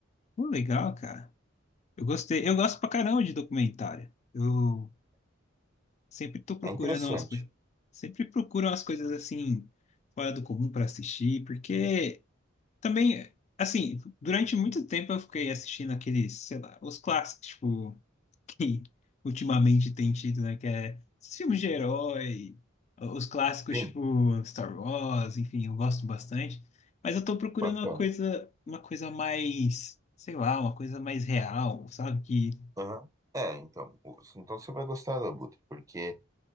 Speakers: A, on the left; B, on the right.
A: Pô, legal, cara. Eu gostei. Eu gosto pra caramba de documentário. Eu sempre tô procurando
B: É interessante.
A: umas coisas. Sempre procuro umas coisas assim, fora do comum pra assistir, porque. Também, assim, durante muito tempo eu fiquei assistindo aqueles, sei lá, os clássicos, tipo, <laughs> que ultimamente tem tido, né? Que é esses filmes de herói, os clássicos,
B: Sim,
A: tipo, Star Wars, enfim, eu gosto bastante. Mas eu tô procurando
B: bacana.
A: uma coisa, uma coisa mais, sei lá, uma coisa mais real, sabe? Que,
B: Aham. É, então, o- então você vai gostar do Abutre, porque